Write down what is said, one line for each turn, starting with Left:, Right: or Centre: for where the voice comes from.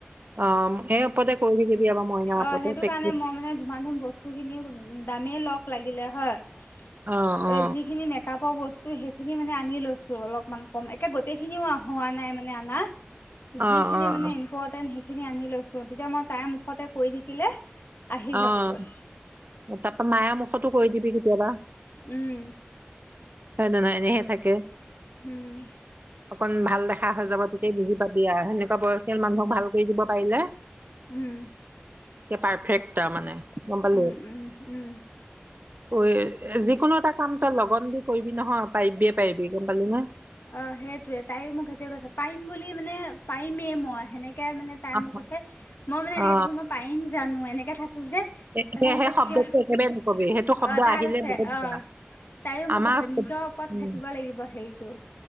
Right: অ'। সেই ওপৰতে কৰি থাকিবি আমাৰ মইনাৰ ওপৰতে
Left: অ' সেইটো
Right: প্ৰেক্টিচ
Left: কাৰণে মই মানে ধুমা-ধুম বস্তুখিনি দামেই লওঁক লাগিলে হয়,
Right: অ অ
Left: এ যিখিনি মেকআপৰ ব স্তু সেইখিনি মানে আনি লৈছোঁ অলপমান কম। একে গোটেইখিনিও হোৱা নাই মানে আনা।
Right: অ
Left: যিখিনি
Right: অ অ
Left: মানে ইম্পৰ্টেন্ট, সেইখিনি আনি লৈছোঁ। তেতিয়া মই তাইৰ মুখতে কৰি থাকিলে আহি
Right: অ'
Left: যাবগৈ
Right: তাৰ পৰা মায়াৰ মুখতো কৰি দিবি কেতিয়াবা।
Left: উম।
Right: হয় নে নহয়? এনেহে থাকে।
Left: উম
Right: অকণ ভাল দেখা হৈ যাব, তেতিয়াই বুজি পাবি আও। সেনেকুৱা বয়সীয়াল মানুহক ভাল কৰি দিব পাৰিলে,
Left: উম
Right: তেতিয়া পাৰফেক তাৰ মানে। গম পালি?
Left: উম উম উম
Right: তই যিকোনো এটা কাম তই লগন দি কৰিবি নহয়, পাৰিবিয়ে পাৰিবি, গম পালি ন'?
Left: অ' সেইটোৱে। তাইয়ো মোক সেইটোৱে কৈছে, পাৰিম বুলি মানে পাৰিমেই মই সেনেকে মানে তাই
Right: অ
Left: মোক কৈছে। মই মানে এনেকে
Right: অ
Left: থাকি মই পাৰিম জানোঁ? এনেকে থা কো যে। তাৰপিছত
Right: সেই সেই
Left: কৈছে,
Right: শব্দটো
Left: কিয়?
Right: একেবাৰে নকবি সেইটো শব্দ
Left: অ', তাই
Right: আহিলে
Left: কৈছে
Right: বহুত
Left: অ'
Right: বেয়া
Left: তাইও মোক
Right: আমাৰ
Left: কৈছে নিজৰ ওপৰত
Right: উম
Left: থাকিব লাগিব হেৰিটো।